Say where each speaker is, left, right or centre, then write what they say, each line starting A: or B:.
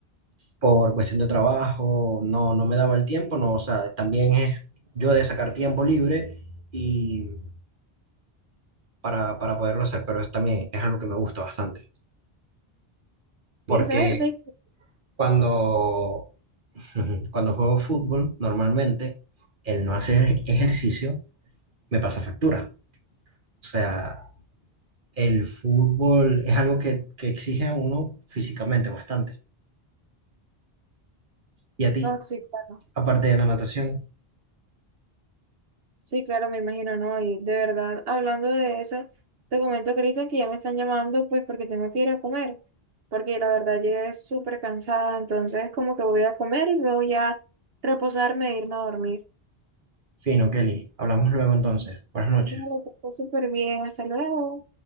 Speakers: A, on the right; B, on the right.
A: por cuestión de trabajo no, no me daba el tiempo, no, o sea, también es yo de sacar tiempo libre y para, para poderlo hacer, pero es también es algo que me gusta bastante, porque
B: Sí, ¿sabes? Sí,
A: cuando, <laughs> cuando juego fútbol, normalmente el no hacer ejercicio me pasa factura, o sea, el fútbol es algo que, que exige a uno físicamente bastante, y a ti,
B: no, sí, claro.
A: aparte de la
B: Me-
A: natación.
B: sí, claro, me imagino, ¿no? Y de verdad, hablando de eso, te comento, Cristian, que ya me están llamando pues porque tengo que ir a comer, porque la verdad llegué súper cansada, entonces como que voy a comer y luego ya reposarme e irme a dormir.
A: Fino, Kelly. Hablamos luego entonces. Buenas noches.
B: Vale, que estés súper bien, hasta luego.